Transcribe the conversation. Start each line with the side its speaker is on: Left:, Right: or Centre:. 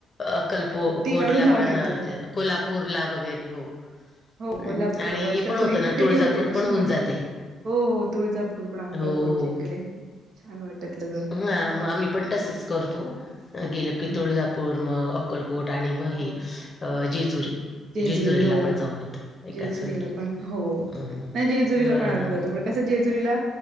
Left: अक्कलपो कोटला
Right: काढून जाऊन
Left: पण
Right: येतो.
Left: कोल्हापूरला वगैरे हो
Right: हो
Left: हम्म
Right: कोल्हापूर
Left: आणि
Right: वर्षातून
Left: हे पण होतं
Right: एका
Left: ना
Right: फेरी
Left: तुळजापूर
Right: होते तशीच
Left: पण होऊन
Right: मजा
Left: जाते
Right: हो हो तुळजापूर पण अंक्कलकोटच्या
Left: हो हो
Right: इकडे छान वाटतत तझ
Left: हां, मग आम्ही पण तसंच करतो
Right: हम्म
Left: गेलं की तुळजापूर मग अक्कलकोट आणि मग
Right: हो
Left: हे अ जेजुरी
Right: जेजुरी
Left: जेजुरीला
Right: हो
Left: पण जाऊन येतो एकाच
Right: जेजुरीला
Left: वेळेला.
Right: पण हो
Left: हं.
Right: नाही जेजुरीला
Left: अ,
Right: पण आम्ही जातो कस जेजुरीला